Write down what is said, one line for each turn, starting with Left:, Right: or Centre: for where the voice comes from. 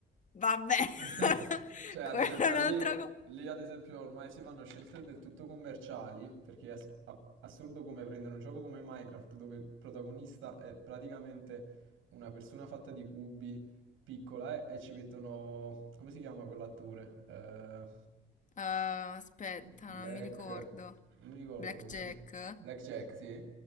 Left: Vabbè, <laughs>
Right: <laughs> Cioè, ad
Left: quella
Right: esempio,
Left: è un'altra
Right: lì,
Left: cosa.
Right: lì, ad esempio ormai si fanno scelte del tutto commerciali, perché è ass- a- assurdo come prendere un gioco come Minecraft, dove il protagonista è praticamente una persona fatta di cubi, piccola, eh, e ci mettono... come si chiama quell'attore? Eh,
Left: Ah, aspetta,
Right: Black...
Left: non mi ricordo.
Right: non mi ricordo
Left: Blackjack?
Right: come si Blackjack, sì,